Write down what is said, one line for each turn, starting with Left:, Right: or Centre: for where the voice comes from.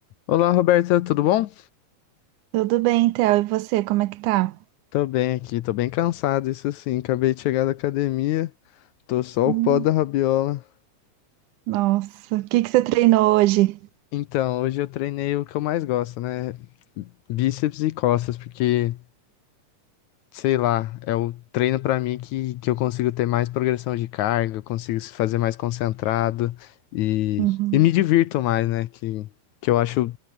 Left: Olá, Roberta, tudo bom?
Right: Tudo bem, Theo? E você, como é que tá?
Left: Tô bem aqui, tô bem cansado, isso sim. Acabei de chegar da academia, tô só
Right: Hum,
Left: o pó da rabiola.
Right: nossa, o que que você treinou hoje?
Left: Então, hoje eu treinei o que eu mais gosto, né? Bíceps e costas, porque, sei lá, é o treino pra mim que, que eu consigo ter mais progressão de carga, eu consigo se fazer mais concentrado e,
Right: Uhum,
Left: e me divirto mais, né? Que, que eu acho,